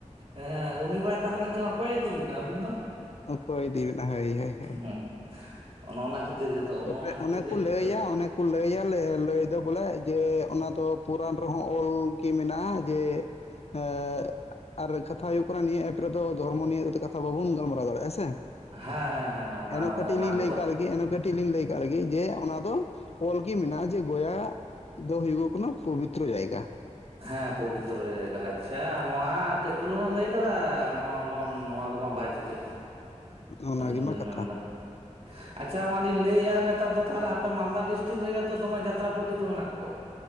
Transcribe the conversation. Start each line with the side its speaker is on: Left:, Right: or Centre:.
Right: ᱦᱮᱸ ᱩᱱᱤ ᱵᱟᱭ ᱛᱟᱦᱮᱸ ᱞᱮᱱᱠᱷᱟᱱ ᱚᱠᱚᱭᱮ ᱤᱫᱤ ᱵᱤᱱᱟ ᱟᱹᱵᱤᱱ ᱫᱚ?
Left: ᱚᱠᱚᱭ ᱤᱫᱤ ᱵᱮᱱᱟ ᱦᱳᱭ ᱦᱳᱭ ᱦᱳᱭ᱾
Right: ᱦᱮᱸ ᱚᱱᱮ ᱚᱱᱟ ᱠᱷᱟᱹᱛᱤᱨ ᱜᱮ᱾ ᱜᱮᱛᱚ
Left: ᱛᱚᱵᱮ
Right: ᱚᱱᱟ ᱠᱷᱟᱹᱛᱤᱨ
Left: ᱚᱱᱮ ᱠᱚ
Right: ᱡᱷᱚᱛᱚ
Left: ᱞᱟᱹᱭᱟ
Right: ᱦᱮᱸ
Left: ᱚᱱᱮ ᱠᱚ ᱞᱟᱹᱭᱟ, ᱞᱟᱹᱭ ᱫᱚ ᱵᱚᱞᱮ ᱡᱮ ᱚᱱᱟ ᱫᱚ ᱯᱩᱨᱟᱱ ᱨᱮᱦᱚᱸ ᱚᱞ ᱜᱮ ᱢᱮᱱᱟᱜ-ᱟ ᱡᱮ, ᱦᱮᱸᱜ, ᱟᱨ ᱠᱟᱛᱷᱟ ᱦᱩᱭᱩᱜ ᱠᱟᱱᱟ ᱱᱤᱭᱟᱹ ᱮᱯ ᱨᱮᱫᱚ ᱫᱷᱚᱨᱢᱚ ᱱᱤᱭᱟᱹ ᱠᱟᱛᱷᱟ ᱵᱟᱵᱚᱱ ᱜᱟᱞᱢᱟᱨᱟᱣ ᱫᱟᱲᱮᱜ-ᱟ ᱥᱮ᱾
Right: ᱦᱮᱸ ᱦᱮᱸ ᱚᱱᱟ
Left: ᱮᱱᱦᱚᱸ ᱠᱟᱹᱴᱤᱡ
Right: ᱚᱱᱟ
Left: ᱞᱤᱧ
Right: ᱠᱚᱫᱚ
Left: ᱞᱟᱹᱭ ᱠᱟᱜ ᱞᱮᱜᱮ, ᱮᱱᱦᱚᱸ ᱠᱟᱹᱴᱤᱡ ᱞᱤᱧ ᱞᱟᱹᱭ ᱠᱟᱜ ᱞᱮᱜᱮ ᱡᱮ ᱚᱱᱟ ᱫᱚ ᱚᱞ ᱜᱮ ᱢᱮᱱᱟᱜ-ᱟ ᱡᱮ ᱜᱚᱭᱟ ᱫᱚ ᱦᱩᱭᱩᱜᱚᱜ ᱠᱟᱱᱟ ᱯᱚᱵᱤᱛᱨᱚ ᱡᱟᱭᱜᱟ᱾
Right: ᱦᱮᱸ ᱯᱚᱵᱤᱛᱨᱚ ᱡᱟᱭᱜᱟ, ᱟᱪᱪᱷᱟ ᱱᱚᱣᱟ ᱠᱟᱺᱡ ᱪᱩᱞᱩᱝᱮᱢ ᱞᱟᱹᱭ ᱠᱟᱫᱟ ᱱᱚ-ᱱᱚ-ᱱᱚᱣᱟ ᱛᱮᱫᱚ ᱵᱟᱭ ᱪᱤᱠᱟᱹᱜ-ᱟ ᱢᱟ
Left: ᱚᱱᱟᱜᱮᱢᱟ
Right: ᱟᱹᱞᱤᱧ ᱦᱚᱸᱞᱤᱧ
Left: ᱠᱟᱛᱷᱟ
Right: ᱢᱮᱱᱫᱟ, ᱟᱪᱪᱷᱟ ᱱᱚᱣᱟ ᱞᱤᱧ ᱞᱟᱹᱭᱮᱜ-ᱟ ᱱᱮᱛᱟᱨ ᱫᱚ ᱛᱟᱦᱞᱮ ᱟᱯᱮ ᱢᱟᱞᱫᱟ ᱰᱤᱥᱴᱤᱠ ᱨᱮᱜᱮ ᱛᱚ ᱫᱚᱢᱮ ᱡᱟᱛᱨᱟ ᱯᱟᱹᱴᱤ ᱠᱚ ᱢᱮᱱᱟᱜ ᱠᱚᱣᱟ?